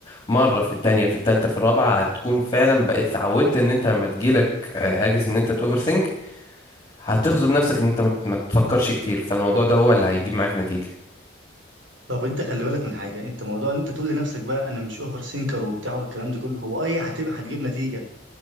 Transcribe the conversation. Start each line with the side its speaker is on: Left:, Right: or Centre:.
Left: مره في التانية في التالتة في الرابعه هتكون فعلا بقيت اتعودت ان انت لما تجيلك آه، هاجس ان انت تاوفر سينك هتغصب نفسك ان انت ما ت- ما تفكرش كتير فالموضوع ده هو اللي هيجيب معاك نتيجه
Right: طب انت خلي بالك من حاجه انت موضوع ان انت تقول لنفسك بقى انا مش اوفر سينكر وبتاع والكلام ده كله هو اي هتبقى هتجيب نتيجه